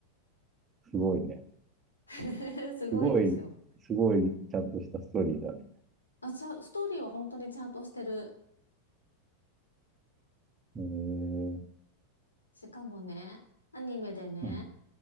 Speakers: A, on the right (about 20°); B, on the left (about 80°).
A: すごいね。
B: <laughs> すごいでしょ。
A: すごい、すごい、ちゃんとしたストーリーだね。
B: あ、ちゃ、ストーリーは本当にちゃんとしてる。
A: えー、
B: しかもね、アニメでね、
A: うん、